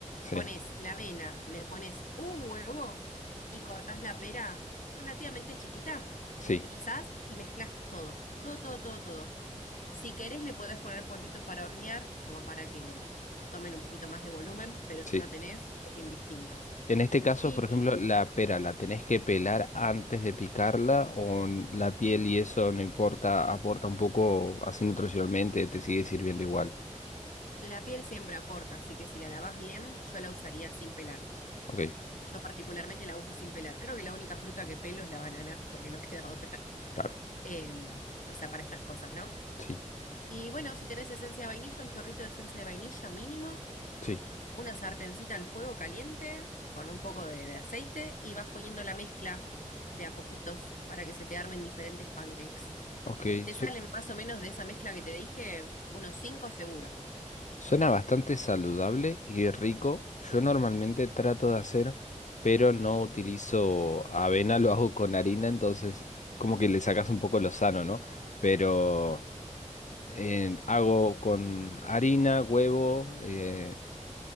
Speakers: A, on the left; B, on the left.
A: Sí,
B: Pones la avena, le pones un huevo y cortás la pera relativamente chiquita.
A: sí,
B: Pisás y mezclas todo, todo, todo, todo, todo. Si querés le podés poner polvito para hornear, como para que mm, tomen un poquito más de volumen, pero si
A: sí.
B: no tenés, es indistinto.
A: En este caso,
B: Y
A: por ejemplo, la pera, ¿la tenés que pelar antes de picarla o n- la piel y eso no importa, aporta un poco así nutricionalmente, te sigue sirviendo igual?
B: la piel siempre aporta, así que si la lavás bien, yo la usaría sin pelar.
A: Ok,
B: Yo particularmente la uso sin pelar. Creo que la única fruta que pelo es la banana, porque no queda otra. <laughs>
A: claro,
B: Em, o sea, para estas cosas, ¿no?
A: sí,
B: Y bueno, si tenés esencia de vainilla, un chorrito de esencia de vainilla mínimo,
A: sí.
B: una sartencita al fuego caliente con un poco de, de aceite y vas poniendo la mezcla de a poquitos para que se te armen diferentes pancakes.
A: Ok,
B: Y te
A: su-
B: salen más o menos de esa mezcla que te dije, unos cinco seguro.
A: suena bastante saludable y rico. Yo normalmente trato de hacer, pero no utilizo avena, <laughs> lo hago con harina, entonces como que le sacas un poco lo sano, ¿no? Pero... eh, hago con harina, huevo, eh,